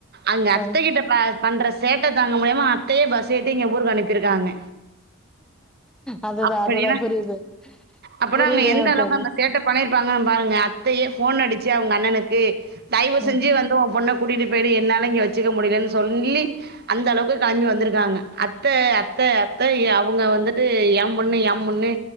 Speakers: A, on the right; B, in the centre.
A: அங்க அத்தக்கிட்ட
B: ஆ
A: பண்ற சேட்ட தாங்க முடியமா அத்தையே பஸ் ஏத்தி இங்க ஊருக்கு அனுப்பிருக்காங்க
B: அதுதா
A: அப்படின்னா
B: அதுதா புரியுது
A: அப்பனா
B: புரியுதுங்க
A: அங்க எந்தளவுக்கு
B: தோழி
A: அங்க சேட்ட பண்ணிருப்பாங்கன் பாருங்க அத்தையே ஃபோன் அடிச்சு அவுங்க அண்ணனுக்கு தயவு செஞ்சி
B: ம்
A: வந்து ஒ பொண்ண கூட்டிட்டு போயிடு என்னால இங்க வச்சுக்க முடியலன்னு சொல்லி அந்தளவுக்கு கெளம்பி வந்துருக்காங்க அத்த அத்த அத்த ஏ அவுங்க வந்துட்டு ஏ பொண்ணு ஏ பொண்ணு